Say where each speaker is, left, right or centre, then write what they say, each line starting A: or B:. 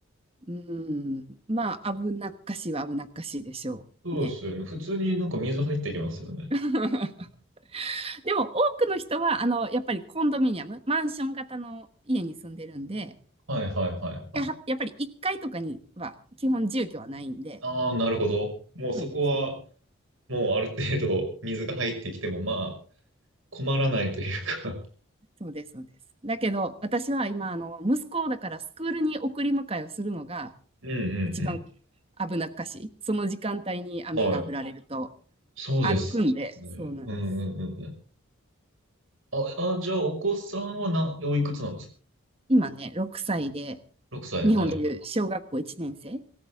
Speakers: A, on the right; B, on the right.
A: う、うーん、まあ、危なっかしいは危なっかしいでしょうね。
B: そうですよね。普通になんか水入ってきますよね。
A: <laughs> でも、多くの人は、あの、やっぱりコンドミニアム、マンション型の家に住んでるんで、
B: はいはいはいはい。
A: ややっぱり1階とかには基本住居はないんで、
B: ああ、なるほど。もうそこは、
A: そうです、そうです。
B: もうある程度水が入ってきても、まあ、困らないというか
A: そうです、そうです。だけど、私は今、あの、息子をだからスクールに送り迎えをするのが
B: うんうん
A: 一番危なっかしい。その時間帯に雨が降られると
B: うん。はい。そうですね。
A: 歩くんで、そうなんです。
B: うんうんうんうん。あ、あ、じゃあ、お子さんはな、おいくつなんですか
A: 今ね、6歳で、
B: ?6 歳。
A: 日本でいう小学校1年生
B: はいはい。